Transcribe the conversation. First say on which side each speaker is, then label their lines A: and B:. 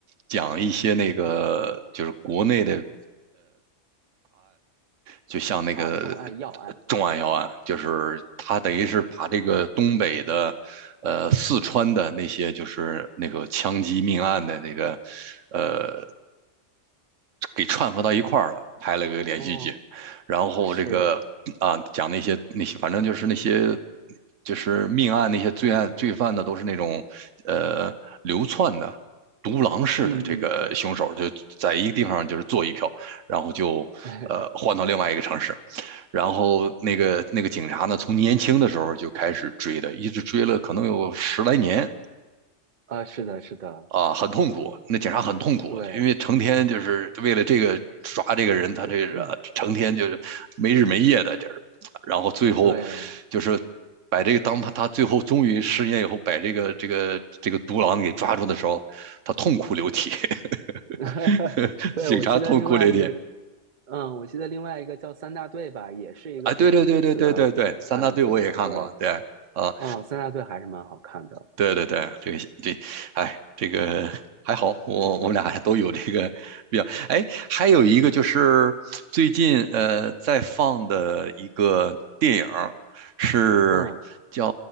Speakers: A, on the right; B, on the right.
A: 讲一些那个就是国内的，就像那个
B: <laughs> 啊，重案要案。
A: 重案要案，就是他等于是把这个东北的，呃，四川的那些就是那个枪击命案的那个，呃，给串合到一块儿了，拍了个连续剧，
B: 哦，
A: 然后这个啊讲那些那些，
B: 是，
A: 反正就是那些就是命案那些罪案罪犯呢，都是那种呃流窜的。独狼式的这个凶手就在一个地方就是做一票，
B: 嗯嗯。
A: 然后就呃换到另外一个城市，
B: <laughs>
A: 然后那个那个警察呢，从年轻的时候就开始追的，一直追了可能有十来年，
B: 啊，是的，是的，
A: 啊，很痛苦，那警察很痛苦，
B: 对，
A: 因为成天就是为了这个抓这个人，他这个成天就是没日没夜的，
B: 嗯
A: 就是，然后最后
B: 对，
A: 就是把这个当他他最后终于失业以后，把这个这个这个独狼给抓住的时候，他痛哭流涕，
B: <laughs>
A: <laughs>
B: 对，
A: 警察痛哭流涕。
B: 我记得另外一个，嗯，我记得另外一个叫三大队吧，也是一个这种类似的案子，
A: 啊，对对对对对对对，三大队我也看过，
B: 对，
A: 对啊，
B: 嗯，三大队还是蛮好看的，
A: 对对对，这个这，哎，这个还好，我我们俩还都有这个比较，哎，还有一个就是最近呃在放的一个电影儿是叫
B: 嗯。